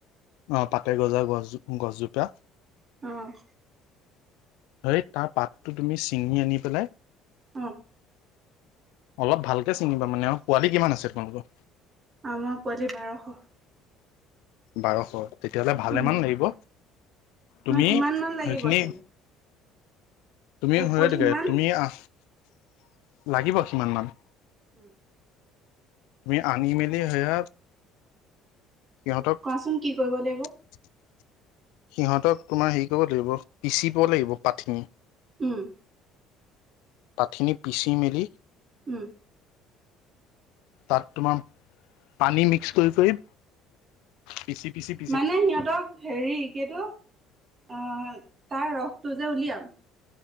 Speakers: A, on the left; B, on the right.
A: অ' পাতেগজা, গছো গছজোপা।
B: অ'।
A: হেৰি তাৰ পাতটো তুমি ছিঙি আনি পেলাই।
B: অ'।
A: অলপ ভালকে চিঙিবা মানে আৰু পোৱালি কিমান আছে তোমালোকৰ?
B: আমাৰ পোৱালি বাৰশ।
A: বাৰশ, তেতিয়াহ'লে ভালেমান
B: উম,
A: লাগিব।
B: তোমাৰ
A: তুমি
B: কিমান মান লাগিব
A: সেইখিনি
B: চাগে
A: তুমি
B: এক পলিথিন
A: হয়টো
B: মান
A: তুমি আহ লাগিব কিমান মান।
B: <unintelligible>
A: তুমি আনি মেলি সেয়া সিহঁতক।
B: চোন কি কৰিব লাগিব।
A: <unintelligible> সিহঁতক তোমাৰ হেৰি কৰিব লাগিব পিচিব লাগিব পাত খিনি।
B: উ'ম।
A: পাতখিনি পিচি মেলি
B: উ'ম।
A: তাত তোমাৰ পানী মিক্স কৰি কৰি পিছি, পিছি
B: মানে সিহঁতক হেৰি কি এইটো অ' তাৰ ৰসটো যে উলিয়াম।